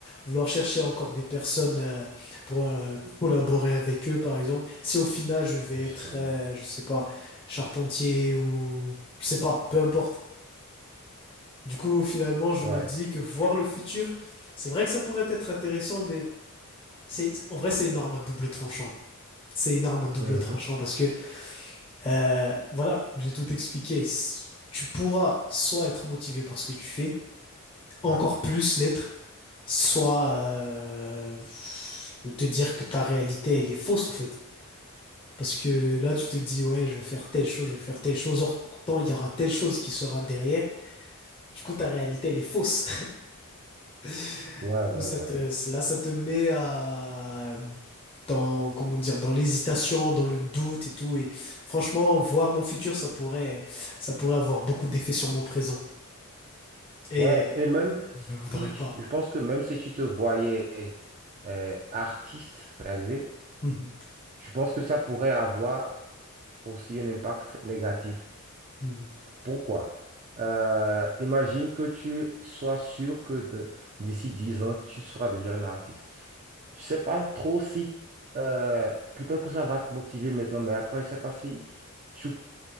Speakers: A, on the left; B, on the right.
A: vouloir chercher encore des personnes euh, pour euh, collaborer avec eux, par exemple, si au final je vais
B: justement.
A: être, euh, je sais pas, charpentier ou je sais pas, peu importe. Du coup, finalement, je
B: Ouais.
A: me dis que voir le futur, c'est vrai que ça pourrait être intéressant, mais c'est, en vrai, c'est une arme à double tranchant. C'est une arme à double
B: Mhm.
A: tranchant parce que, euh, voilà, j'ai tout expliqué. S- Tu pourras soit être motivé par ce que tu fais, encore
B: Ouais.
A: plus l'être, soit euh, te dire que ta réalité, elle est fausse, au fait. Parce que là, tu te dis, ouais, je vais faire telle chose, je vais faire telle chose. Or, pourtant, il y aura telle chose qui sera derrière. Du coup, ta réalité, elle est fausse. <laughs>
B: Ouais, ouais,
A: Ou ça
B: ouais.
A: te- là, ça te met à, dans, comment dire, dans l'hésitation, dans le doute et tout. Et franchement, voir mon futur, ça pourrait, ça pourrait avoir beaucoup d'effets sur mon présent. Et
B: Ouais. Et même
A: je ne voudrais
B: si tu-
A: pas.
B: je pense que même si tu te voyais euh, artiste réalisé,
A: Mhm,
B: je pense que ça pourrait avoir aussi un impact négatif.
A: mhm,
B: Pourquoi? Euh, imagine que tu sois sûr que de- d'ici 10 ans, tu seras déjà un artiste. Je sais pas trop si, euh, peut-être que ça va te motiver maintenant, mais après, je sais pas si tu,